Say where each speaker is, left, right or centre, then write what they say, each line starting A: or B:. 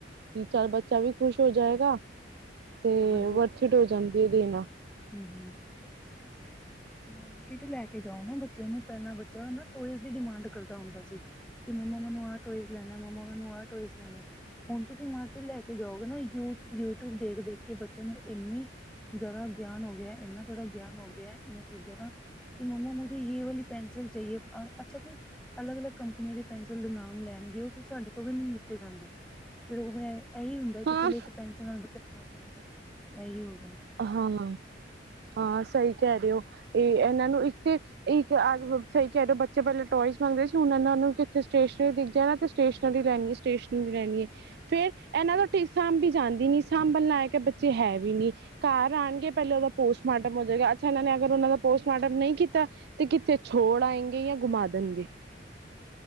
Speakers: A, on the right (about 60°); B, in the centre.
A: ਕਿ ਚੱਲ ਬੱਚਾ ਵੀ ਖੁਸ਼ ਹੋ ਜਾਏਗਾ। ਤੇ
B: ਹਾਂਜੀ
A: ਵਰਥਿਟ ਹੋ ਜਾਂਦੀ ਹੈ ਦੇਣਾ।
B: ਹੂੰ-ਹੂੰ। ਅਰੇ ਮੈ ਤੇ ਮਾਰਕਿਟ ਲੈ ਕੇ ਜਾਓ ਨਾ ਬੱਚਿਆਂ ਨੂੰ ਪਹਿਲਾਂ ਬੱਚਾ ਨਾ ਟੋਇਜ਼ ਦੀ ਡਿਮਾਂਡ ਕਰਦਾ ਹੁੰਦਾ ਸੀ ਕਿ ਮੱਮਾ ਮੈਨੂੰ ਇਹ ਟੋਏਜ਼ ਲੇਣਾ ਮੰਮਾ ਮੈਨੂੰ ਇਹ ਟੋਏਜ਼ ਲੇਣਾ ਹੁਣ ਤੁਸੀਂ ਮਾਰਕੀਟ ਲੈ ਕੇ ਜਾਓਗੇ ਨਾ ਯੂਟਿਊਬ ਦੇਖ ਦੇਖ ਕਿ ਬੱਚੇ ਨੂੰ ਇੰਨੀ ਜ਼ਿਆਦਾ ਗਿਆਨ ਹੋ ਗਿਆ ਇਨਾ ਜ਼ਿਆਦਾ ਗਿਆਨ ਹੋ ਗਿਆ ਇਹਨਾਂ ਚੀਜ਼ਾਂ ਦਾ ਕਿ ਮੰਮਾ ਮੁਝੇ ਯੇ ਵਾਲੀ ਪੈਨਸਿਲ ਚਾਹੀਏ ਅੱਛਾ ਅਲਗ ਅਲਗ ਕੰਪਨੀ ਵਾਲੀ ਪੈਨਸਿਲ ਦੇ ਨਾਮ ਲੈ ਜੋਂ ਉਹ ਚ ਸਾਡੇ ਤੋਂ ਵੀ ਨੀ ਲੀਤੇ ਜਾਂਦੇ ਫੇਰ ਉਹ ਮੈਂ ਇਹੀ ਹੁੰਦਾ ਕਿ
A: ਹਾਂ
B: ਚਲੋ ਇੱਕ ਪੈਨਸਿਲ ਨਾਲ ਬੱਚਾ ਟਲ ਜਾਂਦਾ ਇਓ
A: ਹਾਂ ਹਾਂ ਸਹੀ
B: ਜਾਂਦਾ।
A: ਕਹਿ ਰਹੇ ਹੋ ਇਹ ਇਹਨਾਂ ਨੂੰ ਇੱਕ ਤੇ ਇੱਕ ਸਹੀ ਕਹਿ ਰਯੋ ਬੱਚੇ ਪਹਿਲੇ ਟੋਇਜ਼ ਮੰਗਦੇ ਸੀ ਹੁਣ ਇਹਨਾਂ ਨੂੰ ਇੱਥੇ ਸਟੇਸ਼ਨਰੀ ਦਿਖ ਜਾਣਾ ਤੇ ਸਟੇਸ਼ਨਰੀ ਲੈਣੀਏ ਸਟੇਸ਼ਨਰੀ ਲੈਣਗੇ ਹੈ ਫੇਰ ਇਹਨਾਂ ਦਾ ਸਾਂਭੀ
B: ਹੈ
A: ਜਾਂਦੀ ਨੀ ਸਾਂਭਣ ਲਾਇਕ ਏ ਬੱਚੇ ਹੈ ਵੀ ਨੀ ਘਰ ਆਣ ਕੇ ਪਹਿਲੇ ਉਹਦਾ ਪੋਸਟਮਾਰਟਮ
B: ਨਹੀਂ ਹੈ।
A: ਹੋ ਜਾਏਗਾ ਅੱਜ ਇਹਨਾਂ ਨੇ ਅਗਰ ਉਹਨਾਂ ਦਾ ਪੋਸਟਮਾਰਟਮ ਨਹੀਂ ਕੀਤਾ ਤੇ ਕਿੱਥੇ ਛੋੜ ਆਏਂਗੇ ਜਾਂ ਗੁਮਾ ਦੇਣਗੇ।